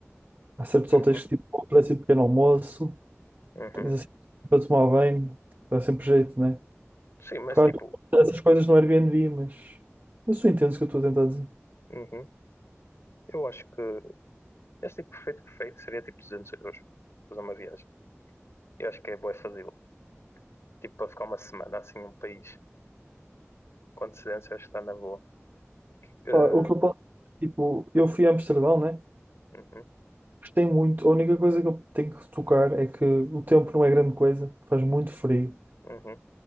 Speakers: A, on the right; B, on the left.
A: Há certos
B: Uhum,
A: hotéis que tipo, oferecem pequeno almoço,
B: uhum.
A: tens assim para tomar bem, dá sempre jeito, né?
B: Sim, mas
A: Claro,
B: tipo,
A: que essas coisas no Airbnb, mas... Mas tu entendes o que eu estou a tentar dizer.
B: uhum. eu acho que esse tipo perfeito, perfeito seria tipo 200 euros fazer uma viagem. Eu acho que é boa fazê-lo. Tipo, para ficar uma semana assim num país com antecedência, acho que está na boa. Uh,
A: Pá, o que eu posso... Tipo, eu fui a Amsterdão, né?
B: uhum,
A: Gostei muito. A única coisa que eu tenho que tocar é que o tempo não é grande coisa, faz muito frio.
B: uhum.